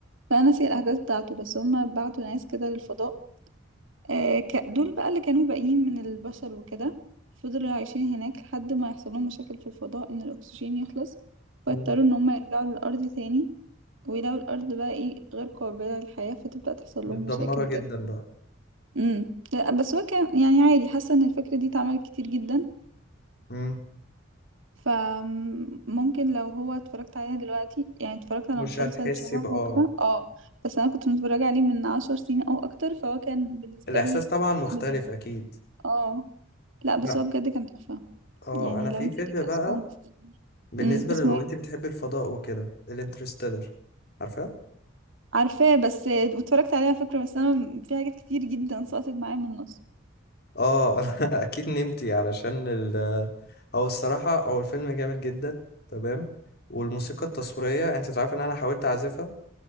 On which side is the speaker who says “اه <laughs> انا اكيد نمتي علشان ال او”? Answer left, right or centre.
Left